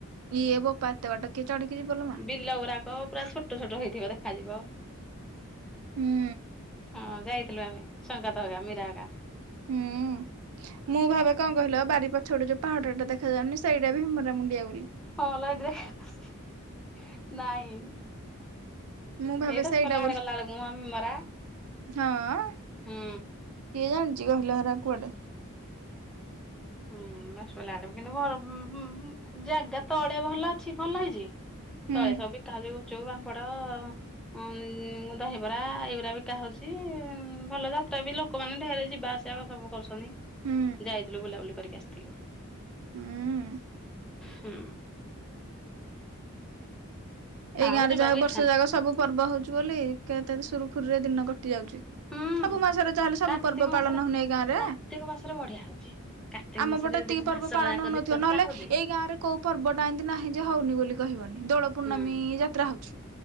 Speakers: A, on the right; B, in the centre.
A: ଇଏ ବୋପା ଏତେ ବାଟ କିଏ ଚଢ଼ିକି ଯିବ ଲୋ?
B: ବିଲ ଗୁଡାକ ପୁରା ଛୋଟ ଛୋଟ ହେଇଥିବ ଦେଖାଯିବ।
A: ହୁଁ
B: ହଁ ଯାଇଥିଲୁ ଆମେ ସଙ୍ଗାତ ହେକା ମୀରା ହେକା।
A: ହୁଁ ମୁଁ ଭାବେ କଣ କହିଲ ବାରି ପଛପଟେ ଯୋଉ ପାହାଡ ଟା ଦେଖାଯାଉନି ସେଇଟା ଭୀମରା ମୁଣ୍ଡିଆ ବୋଲି।
B: ହଁ ବା <unintelligible> ନାଇଁ।
A: ମୁଁ ଭାବେ
B: ଏଇ ଦଶପଲ୍ଲା
A: ସେଇଟା ବୋଲି
B: ଆଡେ ଗଲା ବେଳକୁ ମ ମରା
A: ହଁ। କିଏ
B: ହୁଁ।
A: ଜାଣିଛି <unintelligible> ହରା କୁଆଡେ?
B: ହୁଁ - ହୁଁ -ହୁଁ ଜାଗା ତଳେ ଭଲ ଅଛି ଭଲ ହେଇଛି।
A: ହୁଁ
B: ତଳେ ସବୁ ବିକା ହଉଛି ଗୁପଚୁପ, ପାମ୍ପଡ ହଁ ଦହିବରା ଏଇଗୁରା ବିକା ହଉଛି ଭଲ ଯାତ୍ରା ବି ଲ ଲୋକମାନେ ଢେର ଯିବାଆସିବା ସବୁ କରୁଛନ୍ତି,
A: ହୁଁ
B: ଯାଇଥିଲୁ ବୁଲାବୁଲି କରିକି ଆସିଥିଲୁ।
A: ହୁଁ
B: ହୁଁ।
A: ଏଇ
B: ଆଉ
A: ଗାଁରେ
B: ଯିବାକୁ
A: ଯାହା ବର୍ଷ
B: ଇଚ୍ଛା ନାହିଁ
A: ଯାକ ସବୁ ପର୍ବ ହଉଛି ବୋଲି କେତ ସୁରୁଖୁରୁରେ ଦିନ କଟି ଯାଉଛି।
B: ହୁଁ
A: ସବୁ ମାସରେ ଯାହାହେଲେ ସବୁ
B: କାର୍ତ୍ତିକ
A: ପର୍ବ
B: ମାସରେ
A: ପାଳନ ହଉନି ଏ ଗାଁରେ?
B: କାର୍ତ୍ତିକ ମାସରେ ବଢିଆ ହଉଛି କାର୍ତ୍ତିକ
A: ଆମ
B: ମାସରେ
A: ପଟେ ଏତିକି
B: ଦି-
A: ପର୍ବ
B: ମାସକ
A: ପାଳନ
B: ଯାକ
A: ହଉନଥିବ,
B: ଦୀପ
A: ନହେଲେ
B: ଜାଳା ହଉଛି
A: ଏଇ ଗାଁରେ କୋଉ ପର୍ବଟା ଏମିତି ନାହିଁ ଯେ ହଉନି ବୋଲି। <unintelligible> ବନି ଦୋଳ ପୂର୍ଣ୍ଣମୀ
B: ହୁଁ
A: ଯାତ୍ରା ହଉଚି,